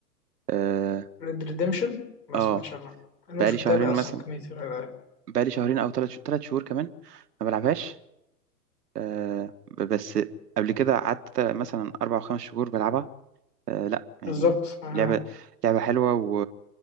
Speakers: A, on the right; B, on the left.
A: اه
B: ريد ريديمشن ما
A: آه،
B: سمعتش عنها انا
A: بقالي
B: مش
A: شهرين
B: متابع
A: مثلا
B: اصلا كميه الالعاب
A: بقالي شهرين او ثلاث ثلاث شهور كمان ما بلعبهاش آه ب- بس قبل كده قعدت مثلا اربع او خمس شهور بلعبها آه لا يعني
B: بالظبط آه.
A: لعبة لعبة حلوة و...